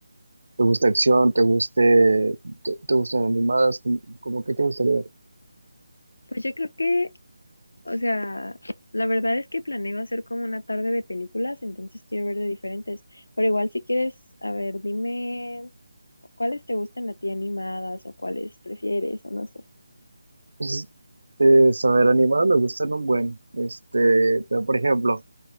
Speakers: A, on the right; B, on the left.
A: te gusta acción, te guste, te, te gustan animadas, como, como qué te gustaría ver.
B: Pues yo creo que, o sea, la verdad es que planeo hacer como una tarde de películas, entonces quiero ver de diferentes, pero igual si quieres, a ver, dime cuáles te gustan a ti animadas o cuáles prefieres o no sé.
A: Pues, eh, saber animadas me gustan un buen, este, pero por ejemplo,